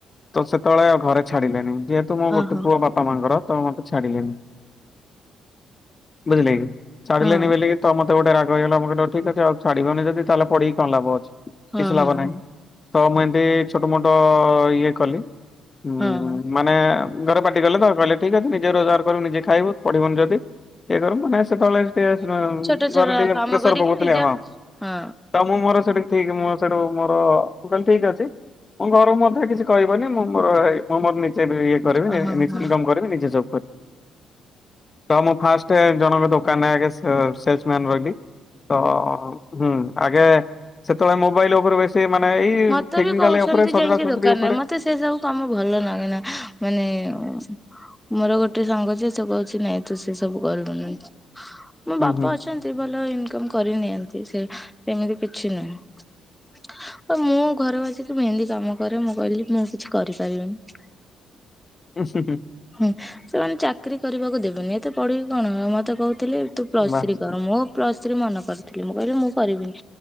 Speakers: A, on the left (about 30°); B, in the centre.
A: ତ ସେତେବେଳେ ଘରେ ଛାଡିଲେନି ଯେହେତୁ ମୋ ଗୋଟେ
B: ଓହୋ
A: ପୁଅ ବା ପା ମା ଙ୍କର ତେଣୁ ମତେ ଛାଡିଲେନି। ବୁଝିଲେ କି? ଛାଡିଲେନି
B: ହଁ ହଁ
A: ବଲିକି ତ ମତେ ଗୋଟେ ରାଗ ହେଇଗଲା ମୁଁ କହିଲି ହଉ ଠିକ୍ ଅଛି, ଆଉ ଛାଡିବନି ଯଦି ତାହେଲେ ପଡିକି କଣ ଲାଭ ଅଛି।
B: ହଁ
A: କିଛି ଲାଭ
B: ହଁ।
A: ନାହିଁ। ତ ମୁଁ ଏନ୍ତି ଛୋଟ ମୋଟ ଇଏ କଲି। ଉଁ
B: ହଁ ହଁ
A: ମାନେ ଘରେ ପାଟି କଲେ ତାପରେ କହିଲେ ଠିକ୍ ଅଛି ନିଜେ ରୋଜଗାର କର ନିଜେ ଖାଇବୁ ପଢିବୁନି ଯଦି। -ଇଏ କରିବୁ ମାନେ ସେତେବେଳେ <unintelligible>
B: ଛୋଟ ଛୋଟ
A: ଘରେ ଟିକେ
B: କାମ
A: ପ୍ରେସର
B: କରିକି
A: ପକଉଥିଲେ
B: ନିଜ
A: ହଁ।
B: ହଁ
A: ତ ମୁଁ ମୋର ସେଠି ଠିକ୍ ମୁଁ ସେଠୁ ମୋର ମୁଁ କହିଲି ଠିକ୍ ଅଛି। ମୋ ଘରକୁ ମଧ୍ୟ କିଛି କହିବନି ମୁଁ ମୋର ହେଇ ମୁଁ ମୋର ନିଜେ ବି କରିବିନି
B: ଓହୋ
A: ନିଜେ
B: ହଁ।
A: ଇନକମ୍ କରିବି ନିଜେ ଜବ୍ କରିବି। ତ ମୁଁ ଫାଷ୍ଟେ ଜଣଙ୍କ ଦୋକାନ ଆଗେ ଆ ଏ ସେଲସ ମ୍ୟାନ ରହିଲି। ହଁ ହୁଁ ଆଗେ ସେତେବେଳେ ମୋବାଇଲ ଉପରେ ବେ। ସେମାନେ ଏଇ
B: ମତେ
A: ଟେକ୍ନିକାଲ
B: ବି କହୁଛନ୍ତି
A: ଉପରେ ସଜଡ଼ା
B: ଯାଇକି
A: ସଜଡି
B: ଦୋକାନରେ
A: ଉପରେ
B: ମତେ ସେ ସବୁ କାମ ଭଲ ଲାଗେ ନା, ମାନେ- ମୋର ଗୋଟେ ସାଙ୍ଗ ଯେ, ସେ କହୁଛି ନାଇଁ ତୁ ସେ ସବୁ କରିବୁନି। ମୋ
A: ହୁଁ
B: ବାପା
A: ହୁଁ।
B: ଅଛନ୍ତି ଭଲ ଇନକମ କରି ନିିଅନ୍ତି ସେ ସେମିତି କିଛି ନୁହେଁ। ତ, ମୁଁ ଘର ବସିକି ମେହନ୍ଦୀ କାମ କରେ ମୁଁ କହିଲି ମୁଁ କିଛି କରିପାରିବିନି।
A: ଉଁ, ହୁଁ ହୁ।
B: ହୁଁ, ସେମାନେ ଚାକିରୀ କରିବାକୁ ଦେବନି ଏତେ ପଢିକି କଣ ହ ମତେ କହୁଥିଲେ ତୁ ପ୍ଲସ
A: ବାସ୍
B: ଥ୍ରୀ କର ମୁଁ ପ୍ଲସ ଥ୍ରୀ ମନା କରିଥିଲି ମୁଁ କହିଲି ମୁଁ କରିବିନି